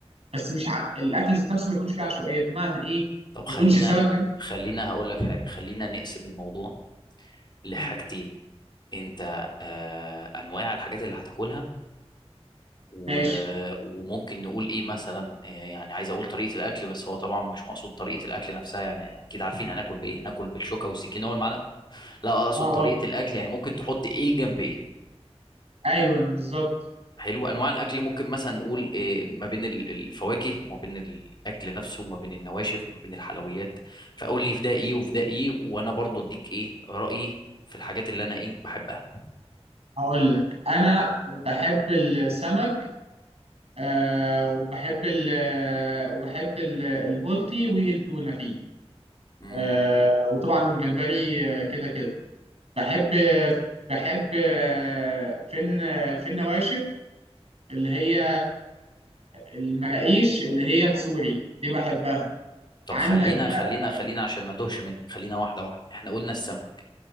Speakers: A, on the right (about 65°); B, on the left (about 40°).
A: بس مش ع... الأكل ذات نفسه ما يكونش فيه عشوائية بمعنى إيه؟
B: طب
A: ما
B: خلينا
A: يكونش سمك
B: خلينا هقول لك حاجة خلينا نقسم الموضوع لحاجتين
A: مم،
B: انت آه انواع الحاجات اللي هتاكلها و...
A: ماشي
B: وممكن نقول ايه مثلا آه يعني عايز اقول طريقة الاكل بس هو طبعا مش مقصود طريقة الاكل نفسها يعني اكيد عارفين هناكل بايه هناكل بالشوكة والسكينة والمعلقة لا اقصد
A: أه
B: طريقة
A: أه
B: الاكل يعني ممكن تحط ايه جنب ايه
A: أيوه بالظبط
B: حلو انواع الاكل ممكن مثلا نقول إيه ما بين ال- الفواكه وما بين الاكل نفسه وما بين النواشف وما بين الحلويات فقول لي في ده ايه وفي ده ايه وانا برضه اديك ايه رايي في الحاجات اللي انا ايه بحبها
A: هقول لك أنا بحب السمك آه وبحب ال آه، وبحب ال- البلطي والتونة فيه
B: امم
A: آه وطبعا الجمبري آه، كده كده بحب بحب آه، فين آه، فين نواشف اللي هي المراقيش اللي هي السوري دي بحبها
B: طب
A: عندك
B: خلينا
A: بقى
B: خلينا خلينا عشان ما توهش منك خلينا واحده واحده احنا قلنا السمك